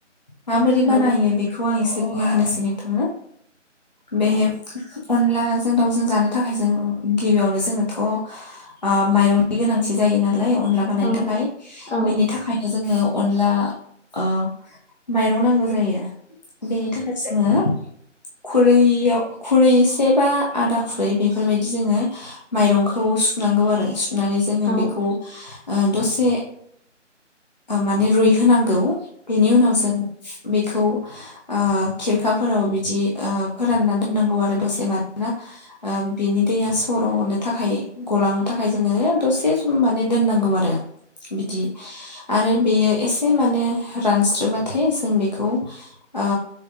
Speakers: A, on the left; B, on the left.
A: माबोरै बानायो
B: औ
A: बेखौ आं एसे बुंना होनोसै नोंथांनो बे
B: औ
A: अनलाजों दाउजों जानो थाखाय जों गिबियावनो जोंनोथ' ओ माइरंनि गोनांथि जायो नालाय अनला बानायनो
B: औ
A: थाखाय
B: औ
A: बेनि थाखायनो जोङो। अनला ओ माइरं नांगौ जायो बेनि थाखाय जोङो। <inaudible> खुरैयाव खुरैसे बा आदा खुरै बेफोरबायदि जोङो माइरं खौ सुनांगौ आरो सुनानै जोङो
B: औ
A: बेखौ दसे माने रुइ होनांगौ बेनि उनाव जों बेखौ ओ खिरखाफोराव बिदि ओ फोरानना दोननांगौ आरो दसे मानोना ओ बिनि दैया सर'नो थाखाय गलांनो थाखाय जोङो दसे सम माने दोननांगौ आरो बिदि आरो बेयो एसे माने रानस्रोबाथाय जों बेखौ ओ